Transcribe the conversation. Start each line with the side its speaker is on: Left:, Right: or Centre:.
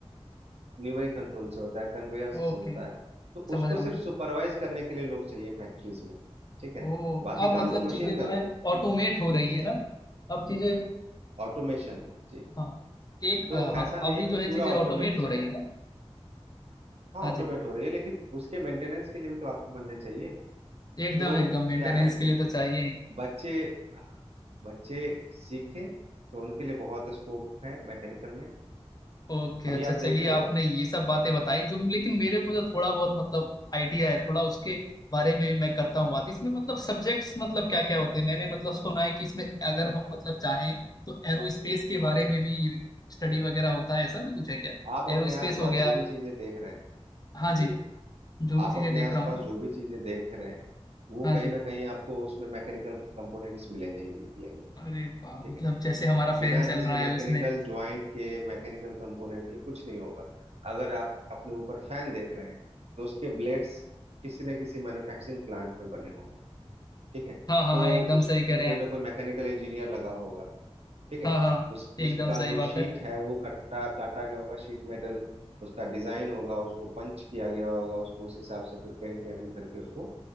Right: न्यूमेरिक कंट्रोल से होता है कन्वेयर से
Left: ओके
Right: होता है तो
Left: समझ
Right: उसको
Left: रहा
Right: सिर्फ
Left: हूँ
Right: सुपरवाइज करने के लिए लोग चाहिए फैक्ट्रीज में ठीक है
Left: ओ
Right: बाकी
Left: अब
Right: काम
Left: मतलब
Right: तो
Left: चीजें
Right: मशीन कर
Left: जो है
Right: रही है
Left: ऑटोमेट हो रही
Right: ठीक
Left: है
Right: है
Left: ना अब चीजें
Right: ऑटोमेशन है जी
Left: हाँ एक अ,
Right: तो
Left: हाँ
Right: ऐसा नहीं
Left: अभी
Right: है कि
Left: जो है
Right: पूरा
Left: चीजें ऑटोमेट
Right: ऑटोमेशन
Left: हो रही
Right: है
Left: है ना
Right: हाँ
Left: हाँ
Right: ऑटोमेट
Left: जी
Right: हो रही है लेकिन उसके मेंटेनेंस के लिए भी तो आपको बंदे चाहिए
Left: एकदम
Right: तो
Left: एकदम मेंटेनेंस
Right: क्या है कि
Left: के लिए तो चाहिए ही
Right: बच्चे बच्चे सीखें तो उनके लिए बहुत स्कोप है मैकेनिकल में
Left: ओके अच्छा
Right: अभी आप
Left: चलिए
Right: देख रहे
Left: आपने
Right: हो
Left: ये सब बातें बताई जो लेकिन मेरे को तो थोड़ा बहुत मतलब आइडिया है थोड़ा उसके बारे में भी मैं करता हूँ बात इसमें मतलब सब्जेक्ट्स मतलब क्या क्या होते हैं मैंने मतलब सुना है कि इसमें अगर
Right: बहुत
Left: हम मतलब
Right: होता
Left: चाहें
Right: है
Left: तो एरोस्पेस के बारे में भी स्टडी वगैरह होता है ऐसा भी कुछ है क्या
Right: आप अपने
Left: एरोस्पेस
Right: आसपास
Left: हो गया
Right: जो भी चीजें देख रहे हैं
Left: हाँ जी
Right: जी
Left: जो
Right: आप
Left: भी चीजें
Right: अपने
Left: देख
Right: आसपास
Left: रहा हूँ
Right: जो भी चीजें देख रहे हैं वो
Left: हाँ
Right: कहीं
Left: जी
Right: ना कहीं आपको उसमें मैकेनिकल कंपोनेंट्स मिलेंगे ही मिलेंगे
Left: अरे वाह
Right: ठीक
Left: मतलब
Right: है
Left: जैसे हमारा
Right: बिना
Left: फैन चल
Right: किसी
Left: रहा
Right: मैकेनिकल
Left: है उसमें
Right: ज्वाइंट के मैकेनिकल कंपोनेंट के कुछ नहीं होगा अगर आप अपने ऊपर फैन देख रहे हैं तो उसके ब्लेड्स किसी न किसी मैन्युफैक्चरिंग प्लांट में बने होंगे ठीक है
Left: हाँ हाँ
Right: तो
Left: हाँ एकदम
Right: उसमें
Left: सही कह रहे
Right: कोई
Left: हैं आप
Right: ना कोई मैकेनिकल इंजीनियर लगा होगा ठीक है
Left: हाँ हाँ
Right: उस
Left: एकदम
Right: उसका
Left: सही
Right: जो
Left: बात
Right: शीट
Left: है
Right: है वो कटा काटा गया होगा शीट मेटल उसका डिजाइन होगा उसको पंच किया गया होगा उसको उस हिसाब से फिर पेंट वेंट करके उसको